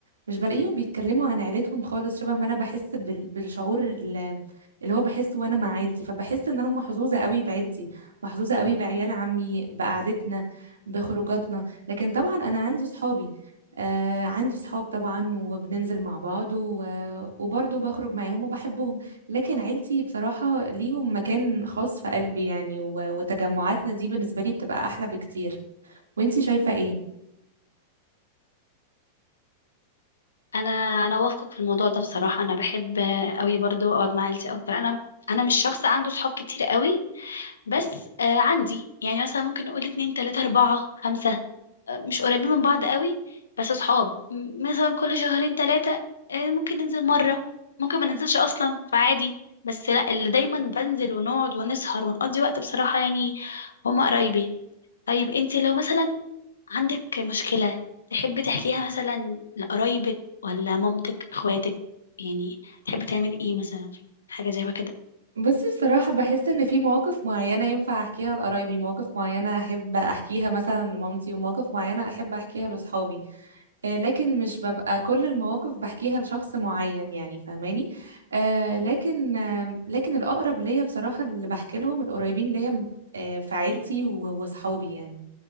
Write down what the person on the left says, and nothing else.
انا انا وافقك في الموضوع ده بصراحه انا بحب قوي برضو اقعد مع عيلتي اكتر انا انا مش شخص عنده صحاب كتير قوي بس آه عندي يعني مثلا ممكن نقول اتنين تلاتة أربعة خمسة آه مش قريبين من بعض قوي بس صحاب م- مثلا كل شهرين تلاتة آه ممكن ننزل مرة ممكن ما ننزلش أصلا فعادي بس لا اللي دايما بنزل ونقعد ونسهر ونقضي وقت بصراحة يعني هما قرايبي طيب انتي لو مثلا عندك مشكلة تحبي تحكيها مثلا لقرايبك ولا مامتك اخواتك يعني تحبي تعملي ايه مثلا في حاجة زي ما كده